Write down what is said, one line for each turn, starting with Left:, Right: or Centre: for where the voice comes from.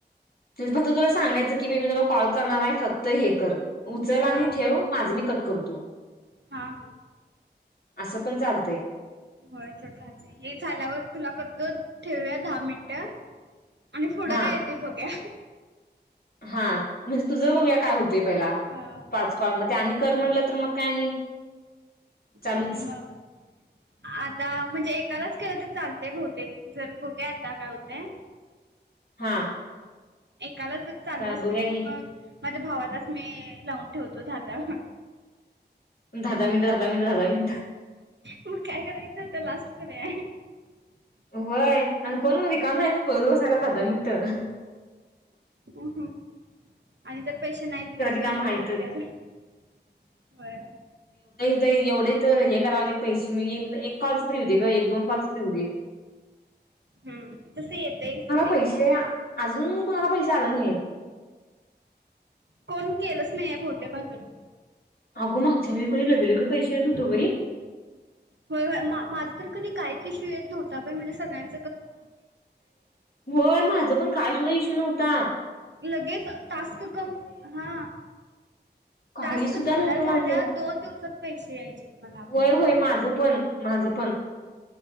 Left: तेच फक्त तुला, सांगायचं की मी, मी तुला कॉल करणार आहे. फक्त हे कर. उचल आणि
Right: हा
Left: ठेव माझं मी कट करतो.
Right: हा हा!
Left: असं पण चाल तय
Right: हो असं झालंय, हे झाल्यावर तुला करतो ठेवुया दहा मिनट. आणि पुढं
Left: हा
Right: काय येत बघुया.
Left: हा म्हणजे तुझं बघूया काय, होत ते पहिला
Right: हा
Left: पाच कॉल, आणि कर म्हटल तर तर मग काय आणि चालूच
Right: आणि मग आता म्हणजे, एकालाच केलं तर चाल ते भोवतेक जर बघूयात, आता काय होतेय.
Left: हा!
Right: काला जर चाल असल
Left: बघूया की
Right: मग. माझ्या भावालाच मी, लावून ठेवतो धा धा.
Left: दहा दहा मिनिटं दहा दहा मिनिटं दहा दहा मिनिटं
Right: मग, काय करायचं आता लास्ट. <unintelligible>
Left: होय आणि कोण म रिकाम आहे का बोलत बसायला, दहा दहा मिनटं. <inaudible>
Right: हं हं <unintelligible>
Left: कामं आहेतच तर एवढे तर हे कराय पैसे मी एक कॉल च तर येऊदेत ग एक दोन कॉल च तर येऊदे
Right: हम्म तस येतय सोड
Left: पैसे अजून कुणाला पैसे आलं नाहीेत
Right: कोण केलंच नाही आहे बहुतेक आजून
Left: अगं मागच्या वेळी बाई लगेलगे
Right: <inaudible>
Left: पैसे येत होतं
Right: होय होय माझ तर कनी काहीच इशू येत नव्हता बाई म्हणजे सगळ्यांना
Left: होय माझ पण काय सुद्धा इशू नव्हता ता
Right: लगेच टास्क कम हा
Left: काही
Right: टास्क
Left: सुद्धा
Right: झाल्या
Left: नव्हतं
Right: झाल्या
Left: माझं
Right: दोन दिवसात पैसे यायचे मला
Left: होय
Right: पण
Left: होय माझं माझं पण